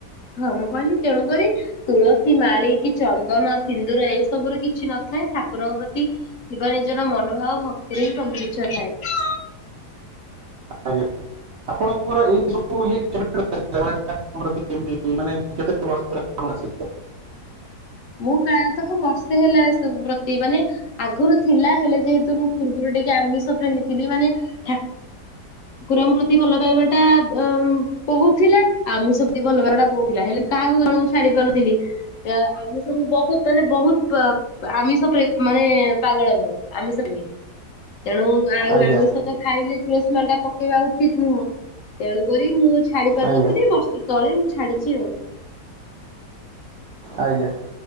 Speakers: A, on the left (about 60°); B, on the right (about 80°).
A: ହଁ ମୁଁ କହିଲି ତେଣୁକରି ତୁଳସୀ ମାଳି କି ଚନ୍ଦନ, ସିନ୍ଦୁର ଏ ସବୁର କିଛି ନଥାଏ। ଠାକୁରଙ୍କ ପ୍ରତି ଥିବା ନିଜର ମନୋଭାବ ଭକ୍ତିରେ ହିଁ ସବୁ କିଛି ଥାଏ।
B: ଆଜ୍ଞା ଆପଣଙ୍କର ଏଇ ସବୁ ଇଏ କେବେଠାରୁ ଆସି ଲା ମାନେ ଠାକୁରଙ୍କ <inaudible> ଇ, ମାନେ କେତେ ବର୍ଷ ପରେ ଆପଣ ଆସିଲେ
A: ମୁଁ ପ୍ରାୟତଃ ବର୍ଷେ ହେଲା ଏ ସବୁ ପ୍ରତି ମାନେ ଆଗରୁ ଥିଲା ହେଲେ ଯେହେତୁ ମୁଁ ପୂର୍ବରୁ ଟିକେ ଆମିଷ ପ୍ରେମୀ ଥିଲି। ମାନେ ଠା ଠାକୁରଙ୍କ ପ୍ରତି ଭଲ ପାଇବା ଟା ଅ, କହୁଥିଲା। ଆମିଷ ପ୍ରତି ଭଲ ପାଇବା ଟା ବହୁ ଥିଲା। ହେଲେ ମୁଁ କାହାକୁ ଜଣଙ୍କୁ ଛାଡ଼ି ପାରୁନଥିଲି। ଏ ଆମିଷ ମୁଁ ବହୁତ ମାନେ ବହୁତ ପ- ଆମିଷ ପ୍ରେ ମାନେ ପାଗଳ ମୁଁ। ଆମିଷ ପେମି। ତେଣୁ ଆଉ
B: ଆଜ୍ଞା
A: ଆମିଷ ତ ଖାଇଲେ ତୁଳସୀ ମାଳ ଟା ପକେଇବା ଉଚିତ ନୁହଁ। ତେଣୁ କରି ମୁଁ ଛାଡି ପାରୁନଥିଲି
B: ଆଜ୍ଞା
A: ବର୍ଷେ ତଳେ ମୁଁ ଛାଡିଛି ଆଉ।
B: ଆଜ୍ଞା।